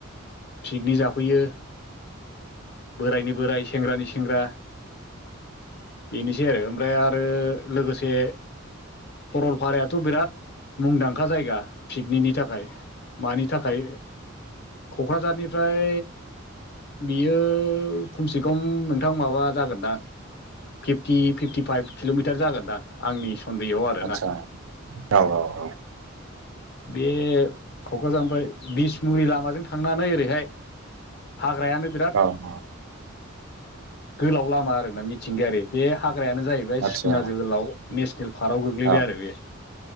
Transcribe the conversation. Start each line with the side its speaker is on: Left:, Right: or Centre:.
Left: पिकनिक जाफैयो बोरायनि बोराय सेंग्रानि सेंग्रा बेनोसै आरो ओमफ्राय आरो लोगोसे सरलपारायाथ' बिराद मुंदांखा जायगा पिकनिनि थाखाय मानि थाखाय क'क्राझारनिफ्राय बियो खमसे खम नोंथां माबा जागोन दा फिफ्टि फिफ्टिफाइभ किल'मिटार जागोनदां आंनि सन्देहआव आरोना
Right: आतसा औ औ औ
Left: बे क'क्राझारनिओफ्राय बिसमुरि लामाजों थांनानै ओरैहाय हाग्रायानो बिराद
Right: औ
Left: गोलाव लामा आरोना मिथिंगायारि बे हाग्रा ग्रायानो जाहैबाय
Right: आतसा
Left: सिखना जोहोलाव नेसनेल पार्कआव गोग्लैबाय
Right: औ
Left: आरो बे